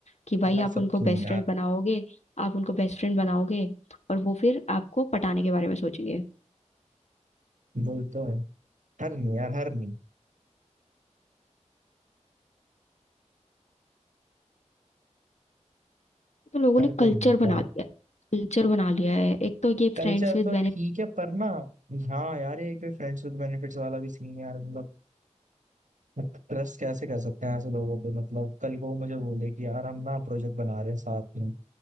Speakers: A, on the left; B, on the right.
A: कि भाई
B: यार
A: आप
B: सब
A: उनको
B: क्यों
A: बेस्ट
B: नहीं यार
A: फ्रेंड बनाओगे आप उनको बेस्ट फ्रेंड बनाओगे और वो फिर आपको पटाने के बारे में सोचेंगे
B: वही तो है हर नहीं यार हर नहीं
A: तो लोगों
B: हर
A: ने
B: कोई
A: कल्चर
B: नहीं होता
A: बना
B: है
A: लिया है कल्चर बना लिया है एक तो ये
B: कल्चर
A: फ्रेंड्स विद
B: तो
A: बेनिफिट
B: ठीक है पर ना हाँ यार ये एक फ्रेंड्स विद बेनिफिट्स वाला भी सीन यार मतलब ट्रस्ट कैसे कर सकते हैं ऐसे लोगों पे मतलब कल को वो मुझे बोले कि यार हम ना प्रोजेक्ट बना रहे हैं साथ में